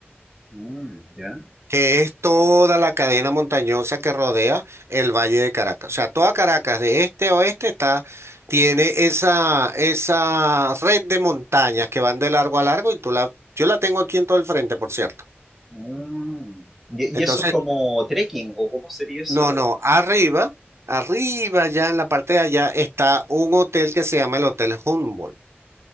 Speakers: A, in the centre; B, on the right.
A: Mm, ya.
B: que es toda la cadena montañosa que rodea el Valle de Caracas. O sea, toda Caracas, de este a oeste, está, tiene esa, esa red de montañas que van de largo a largo y tú la, yo la tengo aquí en todo el frente, por cierto.
A: Mm. Y,
B: Entonces,
A: y eso es como trekking, ¿o cómo sería esa?
B: no, no, arriba, arriba, ya en la parte de allá, está un hotel que se llama el Hotel Humboldt.